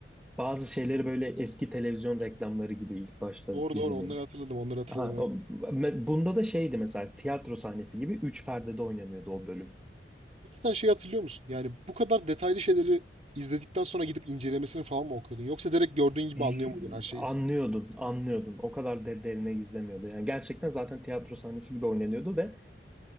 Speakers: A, in the centre; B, on the right.
A: Bazı şeyleri böyle eski televizyon reklamları gibi ilk başta
B: Doğru
A: dizinin.
B: doğru onları hatırladım onları hatırladım
A: Ha, o-
B: evet.
A: me- bunda da şeydi mesela tiyatro sahnesi gibi üç perdede oynanıyordu o bölüm.
B: Peki sen şey hatırlıyor musun? Yani bu kadar detaylı şeyleri izledikten sonra gidip incelemesini falan mı okuyordun? Yoksa direkt gördüğün gibi
A: Y-
B: anlıyor muydun her şeyi?
A: Anlıyordun, anlıyordun. O kadar de derine gizlemiyordu. Yani gerçekten zaten tiyatro sahnesi gibi oynanıyordu ve